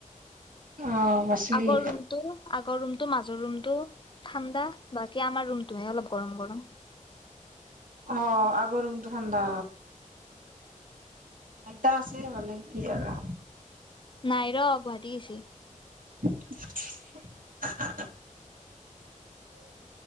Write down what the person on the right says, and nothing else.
অ বাচলি
অ' আগৰ ৰুমটো ঠাণ্ডা। আইতা আছে ভালে। জিয়াৰা।
<inaudible>